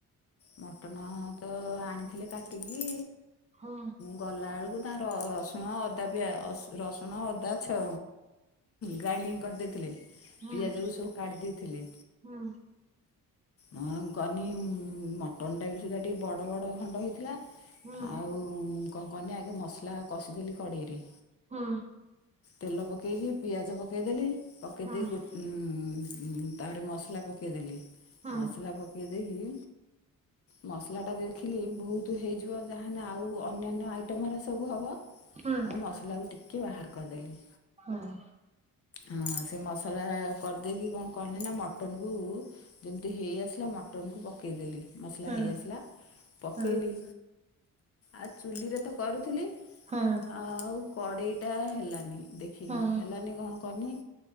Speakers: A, on the left; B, on the right.
A: ମଟନ ତ ଆଣିଥିଲେ କାଟିକି।
B: ହଁ।
A: ଗଲାଳକୁ ତା ରସୁଣ ଅଦା ପିଆ ରସୁଣ ଅଦା ଛ ଗ୍ରାଇଣ୍ଡିଙ୍ଗ କରଦେଇଥିଲେ
B: ହଁ
A: ପିଆଜକୁ ସବୁ କାଡ୍ ଦେଇଥିଲେ।
B: ହଁ
A: ମୁଁ ଗନି ମଟନ ଟା ବି ସୁଦ୍ଧା ଟିକେ ବଡ଼ ବଡ଼ ଖଣ୍ଡ ହେଇଥିଲା।
B: ହଁ
A: ଆଉ କଁ କନି ଆଗେ ମସଲା କଷିଦେଲି କଡ଼େଇରେ।
B: ହୁଁ।
A: ତେଲ ପକେଇକି ପିଆଜ ପକେଇଦେଲି ପକେଇ
B: ହଁ
A: ଦେଇକି ଗୋ ଉଁ ତାପରେ ମସଲା ପକେଇଦେଲି
B: ହଁ
A: ମସଲା ପକେଇ ଦେଇକି ମସଲା ଟା ଦେଖିଲି ବହୁତ ହେଇଯିବ ଯାହାନେ ଆଉ ଅନ୍ୟାନ୍ୟ ଆଇଟମରା ସବୁ ହବ। ଅ
B: ହଁ
A: ମସଲା କୁ ଟିକେ ବାହାର କରଦେଲି।
B: ହଁ।
A: ହଁ ସେ ମସଲା କରିଦେଇକି କଣ କଲି ନା ମଟନ କୁ ଯେମିତି ହେଇ ଆସିଲା ମଟନ କୁ ପକେଇଦଲି ମସଲା
B: ହଁ ହଁ
A: ହେଇ ଆସିଲା ପକେଇଲି
B: ହଁ
A: ଆ ଚୁଲିରେ ତ କରୁଥିଲି।
B: ହଁ
A: ଆଉ କଡେଇଟା ହେଲାନି ଦେଖିକି
B: ହଁ
A: ହେଲାନି କଣ କନି